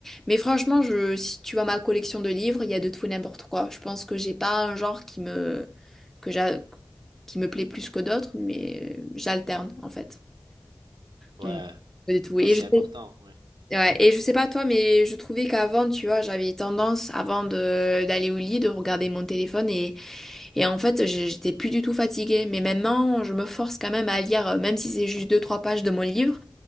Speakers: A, in the centre; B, on the right.
A: Mais franchement, je, si tu vois ma collection de livres, il y a de tout et n'importe quoi. Je pense que j'ai pas un genre qui me, que j'a- qui me plaît plus que d'autres, mais euh, j'alterne en fait.
B: Ouais,
A: Donc, de tout. Et
B: là c'est
A: je
B: important.
A: sais
B: oui.
A: Ouais, et je sais pas toi, mais je trouvais qu'avant, tu vois, j'avais tendance, avant de d'aller au lit, de regarder mon téléphone et, et en fait, j'- j'étais plus du tout fatiguée. Mais maintenant, je me force quand même à lire, euh, même si c'est juste deux, trois pages de mon livre,